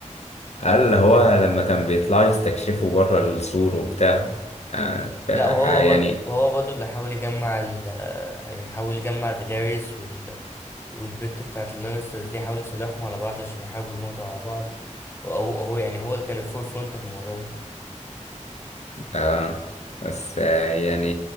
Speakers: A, on the left (about 60°); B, on the left (about 20°).
A: <laughs> قال هو لما كان بيطلع يستكشفوا بره السور وبتاع آه ف-
B: لا وهو
A: يعني
B: برضه وهو برضه اللي حاول يجمع ال يحاول يجمع دينيريس وال... والبت بتاعت اللانسترز دي حاول يصالحهم على بعض عشان يحاربوا الموضوع مع بعض وهو هو يعني هو اللي كان الفور فرونت في الموضوع ده
A: اه بس آه يعني